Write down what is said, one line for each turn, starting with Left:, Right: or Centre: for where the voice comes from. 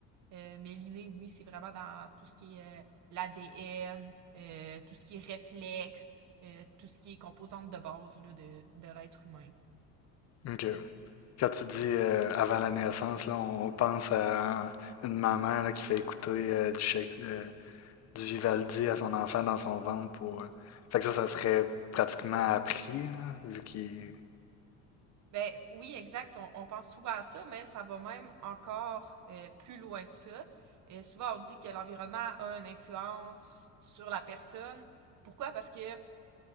Right: Euh, mais l'inné, oui, c'est vraiment dans tout ce qui est euh, l'ADN, tout ce qui est réflexe, euh, tout ce qui est composante de base là, de, de l'être humain.
Left: Ok. Quand tu dis euh, avant la naissance, là, on, on pense à une maman là, qui fait écouter euh, du, Shake- euh, du Vivaldi à son enfant dans son ventre pour. euh, Fait que ça, ça serait pratiquement appris, là, vu qu'il.
Right: Ben oui, exact. On, on pense souvent à ça, mais ça va même encore euh, plus loin que ça. Euh, souvent, on dit que l'environnement a une influence sur la personne. Pourquoi? Parce que